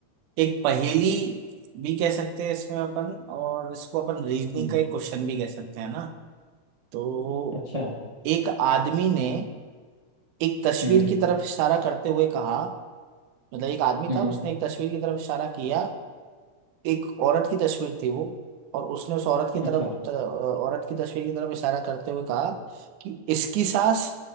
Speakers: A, on the right (about 90°); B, on the right (about 65°).
A: एक पहेली भी कह सकते हैं इसमें अपन और इसको अपन रीजनिंग
B: हम्म
A: का एक क्वेश्चन भी कह सकते हैं ना तो
B: अच्छा
A: एक आदमी ने एक तस्वीर
B: हम्म
A: की तरफ इशारा करते हुए कहा मतलब एक आदमी
B: हम्म
A: था उसने एक तस्वीर की तरफ इशारा किया एक औरत की तस्वीर थी वो और उसने उस औरत की तरफ
B: अच्छा
A: त- औरत की तस्वीर की तरफ इशारा करते हुए कहा कि इसकी सांस